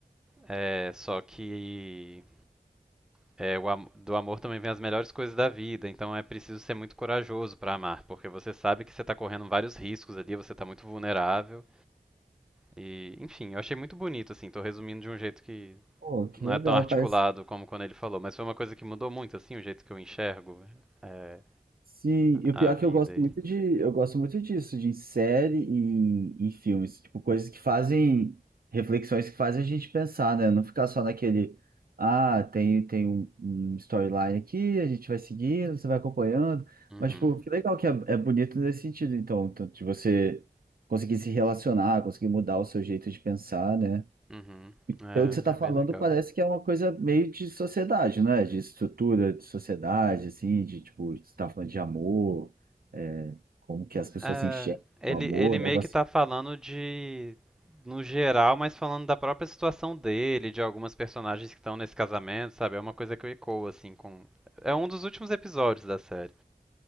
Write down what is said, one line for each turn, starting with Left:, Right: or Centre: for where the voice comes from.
Centre: É, só que É, o am- do amor também vem as melhores coisas da vida, então é preciso ser muito corajoso para amar, porque você sabe que você está correndo vários riscos ali, você está muito vulnerável. E, enfim, eu achei muito bonito, assim, tô resumindo de um jeito que
Right: Pô, que
Centre: não
Right: legal.
Centre: é tão articulado
Right: Parece
Centre: como quando ele falou, mas foi uma coisa que mudou muito, assim, o jeito que eu enxergo é,
Right: Sim, e o
Centre: a
Right: pior
Centre: a vida.
Right: é que eu gosto muito
Centre: E...
Right: de, eu gosto muito disso, de série e, e filmes, tipo, coisas que fazem, reflexões que fazem a gente pensar, né? Não ficar só naquele, ah, tem, tem um, um storyline aqui, a gente vai seguindo, você vai acompanhando,
Centre: Uhum,
Right: mas, tipo, que legal que é, é bonito nesse sentido, então, tanto de você conseguir se relacionar, conseguir mudar o seu jeito de pensar, né?
Centre: uhum,
Right: Pelo que você está
Centre: é, é
Right: falando,
Centre: bem legal.
Right: parece que é uma coisa meio de sociedade, né? De estrutura de sociedade, assim, de tipo, você está falando de amor, é, como que as pessoas
Centre: É,
Right: enxergam
Centre: ele,
Right: o amor,
Centre: ele meio
Right: o negócio.
Centre: que tá falando de, no geral, mas falando da própria situação dele, de algumas personagens que estão nesse casamento, sabe? É uma coisa que eu ecoo, assim, com... É um dos últimos episódios da série.